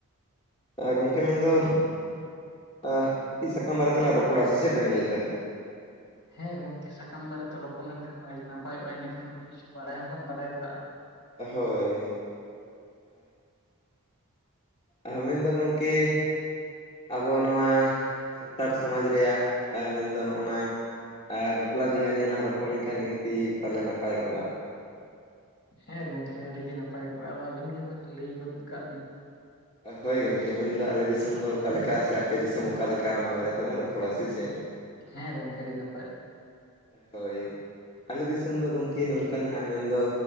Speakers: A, on the left; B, on the left.
A: ᱟᱨ ᱜᱚᱢᱠᱮ ᱢᱮᱱ ᱫᱚ ᱟᱦ ᱢᱤᱫᱽ ᱴᱤᱡ ᱥᱟᱠᱟᱢ ᱵᱟᱨᱮ ᱛᱮᱞᱟᱝ ᱨᱚᱯᱚᱲᱟ ᱥᱮ ᱪᱮᱫ ᱵᱮᱱ ᱞᱟᱹᱭ ᱫᱟ
B: ᱦ <inaudible> ᱦᱮᱸ ᱜᱚᱸᱠᱮ ᱥᱟᱠᱟᱢ ᱵᱟᱨᱮᱛᱮ ᱨᱚᱯᱚᱲ ᱞᱮᱱ ᱠᱷᱟᱱ ᱢᱟ ᱟᱹᱰᱤ ᱱᱟᱯᱟᱭᱚᱜᱼᱟ ᱤᱱᱟᱹ ᱠᱷᱟᱱ ᱟᱹᱰᱤ ᱠᱤᱪᱷᱩ ᱵᱟᱰᱟᱭᱚᱜᱼᱟ ᱵᱟᱰᱟᱭ ᱵᱟᱲᱟᱜᱼᱟ
A: ᱦᱳᱭ ᱟᱵᱽᱤᱱ ᱫᱚ ᱜᱚᱝᱠᱮ ᱟᱵᱚ ᱱᱚᱣᱟ ᱥᱟᱱᱛᱟᱲ ᱥᱚᱢᱟᱡᱽ ᱨᱮᱭᱟᱜ ᱟᱢᱮᱱᱻᱫᱚ ᱱᱚᱜᱼᱱᱟ ᱟᱨ ᱵᱟᱯᱞᱟ ᱵᱤᱦᱟᱹᱱᱤᱭᱮ ᱞᱟᱝ ᱨᱚᱯᱚᱲ ᱞᱮᱱ ᱠᱷᱟᱱ ᱱᱤᱦᱟᱹᱛᱤ ᱯᱟᱞᱮ ᱱᱟᱯᱟᱭ ᱠᱚᱜᱼᱟ
B: ᱦᱮᱸ ᱜᱚᱝᱠᱮ ᱟᱹᱰᱤ ᱜᱮ ᱱᱟᱯᱟᱭ ᱠᱚᱜᱼᱟ ᱟᱫᱚ ᱟᱹᱵᱤᱱ ᱜᱮ ᱢᱟᱹᱨ ᱞᱟᱹᱭ ᱜᱚᱫ ᱠᱟᱜ ᱵᱤᱱ
A: ᱦᱳᱭ ᱜᱚᱝᱠᱮ ᱢᱮᱱᱫᱚ ᱟᱞᱮ ᱫᱤᱥᱚᱢ ᱫᱚ ᱚᱠᱟ ᱞᱮᱠᱟ ᱥᱮ ᱟᱯᱮ ᱫᱤᱥᱚᱢ ᱚᱠᱟ ᱞᱮᱠᱟ ᱚᱱᱟ ᱵᱟᱨᱮ ᱛᱮᱞᱟᱝ ᱨᱚᱯᱚᱲᱟ ᱥᱮ ᱪᱮᱫ
B: ᱦᱮᱸ ᱜᱚᱝᱠᱮ ᱟᱹᱰᱤ ᱱᱟᱯᱟᱭᱚᱜᱼᱟ
A: ᱦᱳᱭ ᱟᱞᱮ ᱫᱤᱥᱚᱢ ᱫᱚ ᱜᱚᱝᱠᱮ ᱱᱚᱝᱠᱟᱱᱟ ᱦᱟᱸᱜ ᱢᱮᱱ ᱫᱚ